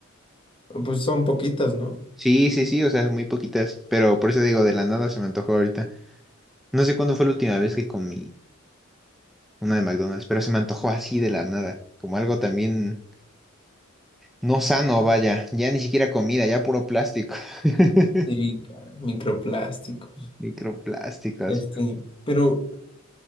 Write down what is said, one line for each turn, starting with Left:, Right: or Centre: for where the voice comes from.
Left: Pues son poquitas, ¿no?
Centre: Sí, sí, sí, o sea, muy poquitas, pero por eso digo, de la nada se me antojó ahorita. No sé cuándo fue la última vez que comí una de McDonald's, pero se me antojó así de la nada, como algo también no sano, vaya, ya ni siquiera comida, ya puro plástico. <laughs>
Left: Sí, cara, microplásticos.
Centre: Microplásticos.
Left: Este, pero